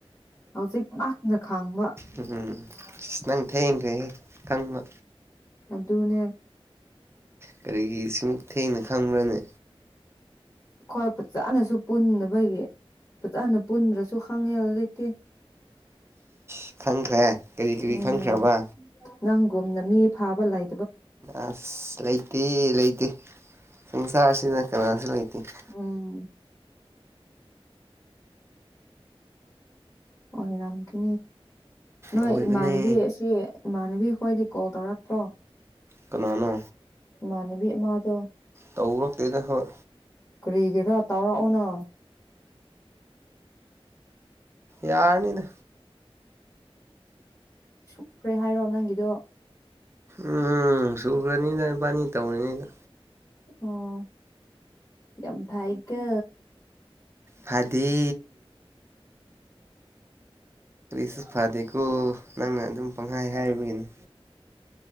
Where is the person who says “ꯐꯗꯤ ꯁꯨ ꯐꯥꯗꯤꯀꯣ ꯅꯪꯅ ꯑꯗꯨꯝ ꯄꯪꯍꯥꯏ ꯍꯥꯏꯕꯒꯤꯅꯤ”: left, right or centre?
Right